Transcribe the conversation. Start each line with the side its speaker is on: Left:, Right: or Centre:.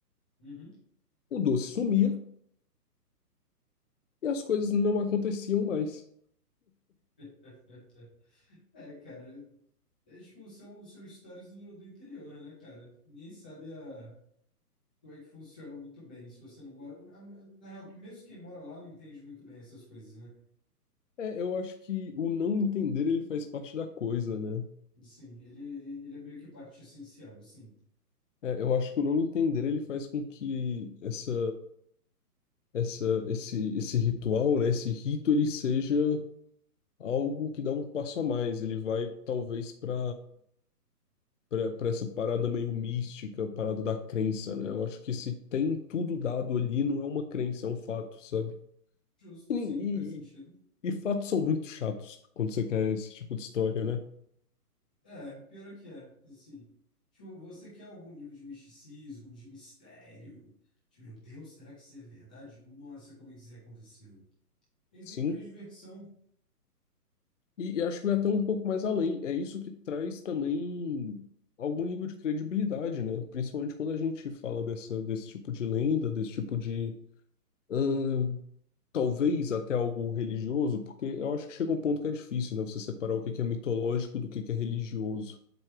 Centre: uhum.
Left: O doce sumia e as coisas não aconteciam mais.
Centre: <laughs> É, cara. É, tipo, são, são histórias do, do interior, né, cara? Ninguém sabe a, como é que funciona muito bem se você não mora. a- Na real, mesmo quem mora lá não entende muito bem essas coisas, né?
Left: É, eu acho que o não entender ele faz parte da coisa, né?
Centre: Sim, ele, ele é meio que parte essencial, sim.
Left: É, é, eu acho que o não entender ele faz com que essa, essa, esse, esse ritual, né, esse rito, ele seja algo que dá um passo a mais. Ele vai talvez para para para essa parada meio mística, parada da crença, né? Eu acho que se tem tudo dado ali, não é uma crença, é um fato, sabe?
Centre: Justo,
Left: E,
Centre: sim, faz sentido.
Left: e, e fatos são muito chatos quando você quer esse tipo de história, né?
Centre: É, pior é que é, sim. Tipo, você quer algum nível de misticismo, de mistério? De, meu Deus, será que isso é verdade? Nossa, como é que isso aconteceu? É Isso
Left: Sim.
Centre: aí que traz diversão.
Left: E, e acho que vai até um pouco mais além. É isso que traz também algum nível de credibilidade, né? Principalmente quando a gente fala dessa, desse tipo de lenda, desse tipo de. ahn, talvez até algo religioso, porque eu acho que chega um ponto que é difícil, né? Você separar o que que é mitológico do que que é religioso.